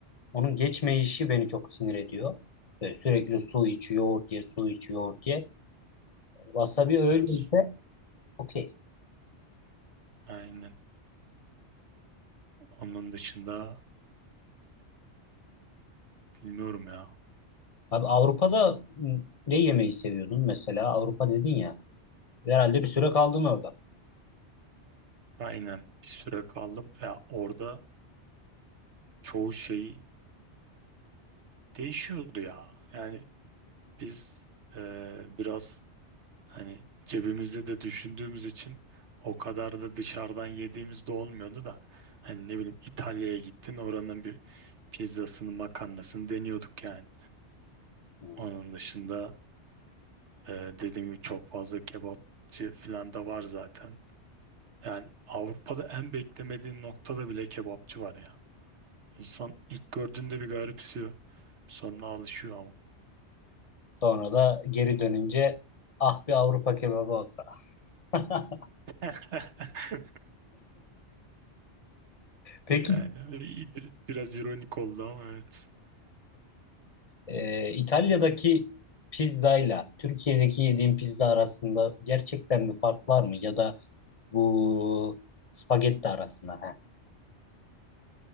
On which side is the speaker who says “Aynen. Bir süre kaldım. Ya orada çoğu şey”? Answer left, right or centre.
Right